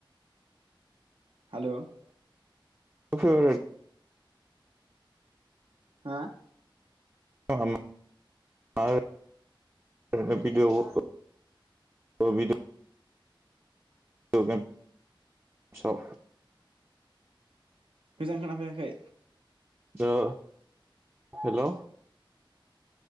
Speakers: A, on the right; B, on the right.
A: हेल'
B: फेब्रेट
A: हा
B: हो मा video game video video game स
A: मोजां खोना फैयाखै
B: ओ हेल'